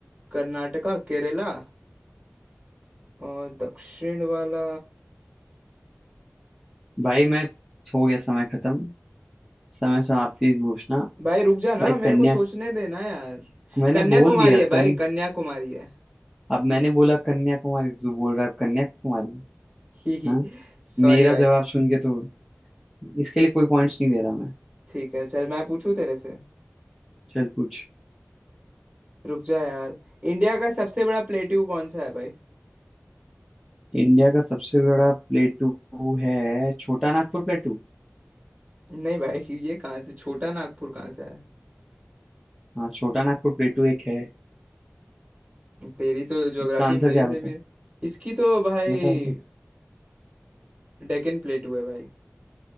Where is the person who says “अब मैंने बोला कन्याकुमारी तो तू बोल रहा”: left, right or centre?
Centre